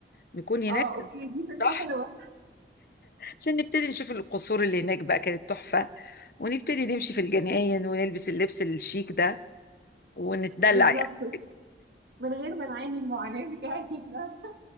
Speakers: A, on the left; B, on the right.
A: نكون هناك
B: اه اوكي دي فكره
A: صح
B: حلوه
A: عشان نبتدي نشوف القصور اللي هناك بقى كانت تحفه ونبتدي نمشي في الجناين ونلبس اللبس الشيك ده ونتدلع
B: بالظبط
A: يعني
B: من غير ما نعاني المعاناه بتاعت <laughs>